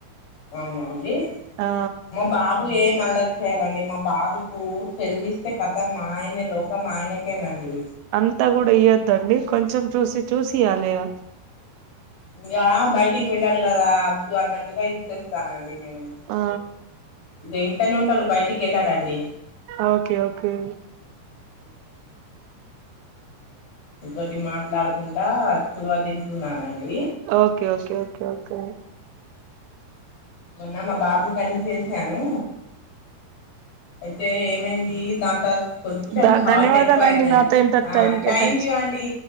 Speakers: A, on the left (about 50°); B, on the right (about 85°).
A: అవున అండి
B: ఆ
A: మా బాబ్ బ్బు ఎం అల్లరి చేయాడండి మా బాబుకు సేల్లిస్తే కతం ఆయన లోకం ఆయనకేనండి
B: అంతా కూడా ఇయ్యొద్దండి కొంచెం చూసి చూసి ఇయ్యాలిగా
A: ఇగ బయటికేళ్ళాడు కదా అద్దు అన్నట్టుగా ఇచ్చేస్తానండి నేను
B: ఆ
A: ఇగ ఇంట్లనే ఉంటాడు బయటికేళ్ళాడండి
B: ఓకే ఓకే
A: ఓకే మీ తోటి మాట్లాడుకుంటా చుడవ తింటున్నానండి
B: ఓకే ఓకే ఓకే ఓకే
A: మొన్న మా బాబు కని చేసాను అయితే ఏమైంది దాంతా కొంచెం
B: ధ
A: సాల్ట్
B: ధన్యవాదాలండి
A: ఎక్కువ అయిందండి
B: నాతో ఇంత
A: ఆ
B: టైం కేటాయించి
A: థ్యాంక్ యూ అండి